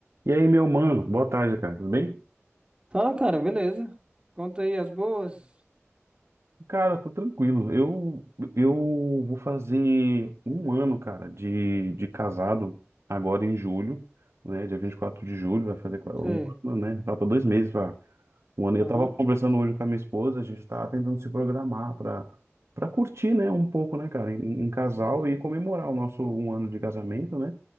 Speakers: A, on the right; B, on the right.
A: E aí, meu mano, boa tarde, cara. Tudo bem?
B: Fala, cara, beleza. Conta aí as boas.
A: Cara, eu tô tranquilo. Eu, eu vou fazer um ano, cara, de, de casado agora em julho, né? Dia 24 de julho, vai fazer um
B: Sei.
A: ano, né? Falta dois meses para um ano.
B: Aham,
A: Eu tava conversando hoje com a minha esposa, a gente tava tentando se programar para para curtir, né, um pouco, né, cara, em, em casal
B: uhum,
A: e comemorar o nosso um ano de casamento, né?